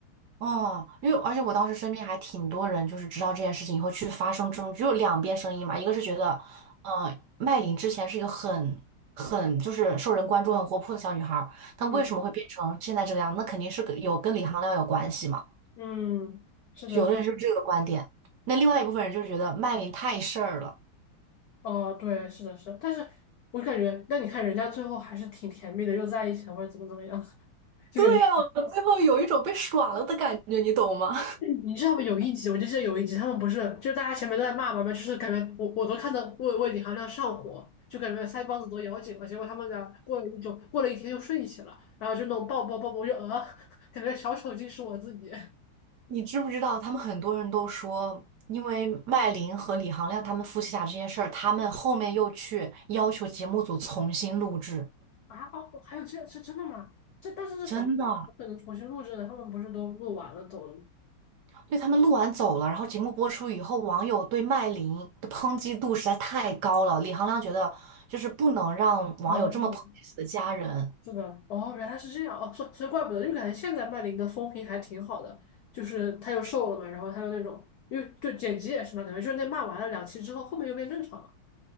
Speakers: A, on the right (about 65°); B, on the left (about 80°).
A: 哦，因为而且我当时身边还挺多人，就是知道这件事情以后去发生争执，只有两边声音嘛，一个是觉得，嗯、麦琳之前是一个很很就是受人关注、很活泼的小女孩儿，但为什么会变成现在这个样子那肯定是跟有跟李行亮有关系嘛。
B: 嗯嗯，是的，
A: 有的人是这个观点，那另外一部分人就是觉得麦琳太事儿了。
B: 哦，对，是的，是的但是我感觉，那你看人家最后还是挺甜蜜的，又在一起了，或者怎么怎么样。就感觉
A: 对呀、我最后有一种被耍了的感觉，你懂吗？
B: 你知道吗？有一集，我就记得有一集，他们不是就是大家前面都在骂嘛嘛，就是感觉我我都看到为为李行亮上火，就感觉腮帮子都咬紧了。结果他们俩过了一周，过了一天又睡一起了，然后就那种抱抱抱抱，我就呃，<laughs> 感觉小丑竟是我自己
A: 你知不知道，他们很多人都说，因为麦琳和李行亮他们夫妻俩这件事儿，他们后面又去要求节目组重新录制，
B: 啊！哦，还有这是真的吗？这但是这怎么我可能重新录制的？
A: 真的，
B: 他们不是都录完了走了吗？
A: 对他们录完走了，然后节目播出以后，网友对麦琳的抨击度实在太高了，李行亮觉得就是不能让网友这么抨击自己的家人。
B: 哦是的，哦，原来是这样，哦，所所以怪不得，因为感觉现在麦林的风评还挺好的，就是她又瘦了嘛，然后她又那种，因为就剪辑也是嘛，感觉就是那骂完了两期之后，后面又变正常了。